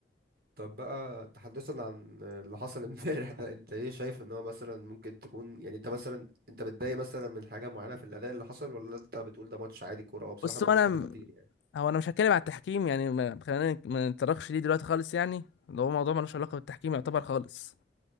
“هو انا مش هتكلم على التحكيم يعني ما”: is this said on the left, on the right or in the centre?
Left